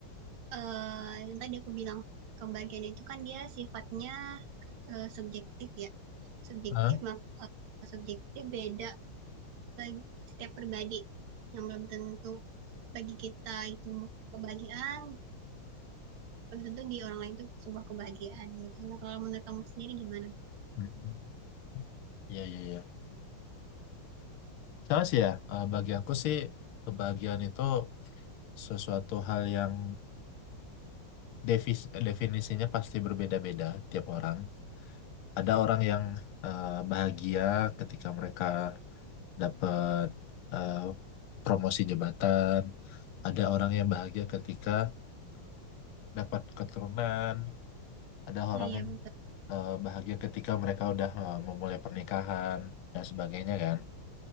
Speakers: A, on the right (about 75°); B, on the left (about 75°).
A: eh, yang tadi aku bilang kebahagiaan itu kan dia sifatnya eh, subjektif ya subjektif
B: Hah?
A: maka subjektif beda bagi setiap pribadi yang belum tentu bagi kita itu kebahagiaan belum tentu di orang lain tuh sebuah kebahagiaan gitu. Nah, kalau menurut kamu sendiri gimana tuh?
B: Hmm. Iya, iya, iya. Sama sih ya. Eh, bagi aku sih kebahagiaan itu sesuatu hal yang devis- definisinya pasti berbeda-beda tiap orang. Ada orang yang eh, bahagia ketika mereka dapat eh, promosi jabatan, ada orang yang bahagia ketika dapat keturunan, ada
A: Nah,
B: orang
A: iya
B: yang
A: betul.
B: eh, bahagia ketika mereka udah eh, memulai pernikahan dan sebagainya kan.